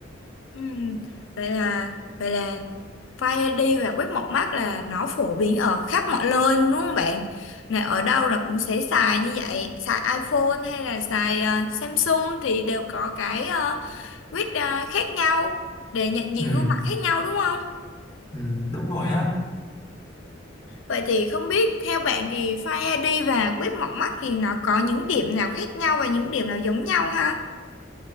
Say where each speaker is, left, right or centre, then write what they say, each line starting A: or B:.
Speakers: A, on the left; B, on the left.
A: ừ, vậy là vậy là Fire ai đi và web một mắt là nó phổ biến ở khắp mọi nơi luôn đúng không bạn? Này ở đâu là cũng sẽ xài như vậy, xài iPhone hay là xài ờ, Samsung thì đều có cái ờ, quyết à, khác nhau để nhận diện
B: ừ,
A: gương mặt khác nhau đúng không?
B: ừ, đúng rồi á
A: Vậy thì không biết theo bạn thì Face ID và quét mọc mắt thì nó có những điểm nào khác nhau và những điểm nào giống nhau ha?